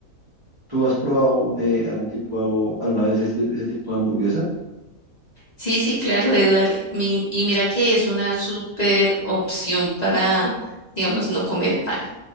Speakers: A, on the right (about 15°); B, on the left (about 30°).
A: ¿Tú has probado eh, algún tipo, alguna vez ese, tip- ese tipo de hamburguesa?
B: Sí, sí, claro, Eduard. Mi- y mira que es una súper opción para, digamos, no comer pan.